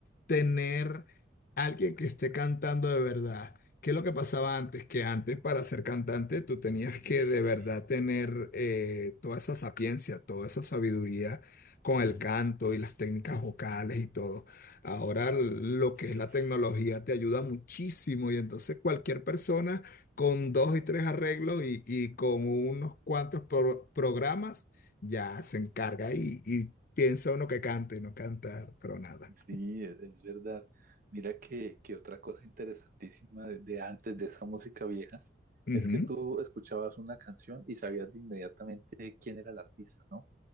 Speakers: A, on the left (about 50°); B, on the right (about 45°).
A: tener alguien que esté cantando de verdad. ¿Qué es lo que pasaba antes? Que antes para ser cantante tú tenías que
B: Sí,
A: de verdad
B: sí,
A: tener eh, toda esa sapiencia, toda esa sabiduría con el canto y las técnicas vocales y todo. Ahora lo
B: sí,
A: que es la
B: sí.
A: tecnología te ayuda muchísimo y entonces cualquier persona con dos y tres arreglos y, y con unos cuantos pro- programas ya se encarga y, y piensa uno que cante y no canta, pero nada.
B: sí, es, es verdad. Mira que, que otra cosa interesantísima de, de antes de esa música vieja
A: Ujú,
B: es que tú escuchabas una canción y sabías de inmediatamente quién era el artista, ¿no?